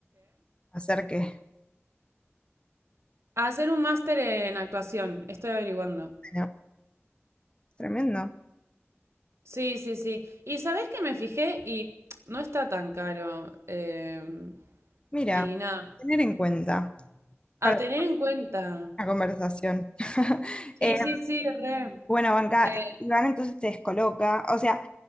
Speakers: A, on the left; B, on the right.
A: hacer que,
B: a hacer un máster en actuación. Estoy averiguando.
A: bueno, tremendo.
B: Sí, sí, sí. Y sabes que me fijé y no está tan caro. em,
A: Mira,
B: y nada,
A: tener en cuenta
B: a
A: para
B: tener en cuenta.
A: una conversación. <laughs>
B: Sí,
A: Eh,
B: sí, sí, re.
A: bueno, Banca,
B: Eh,
A: Iván entonces te descoloca, o sea,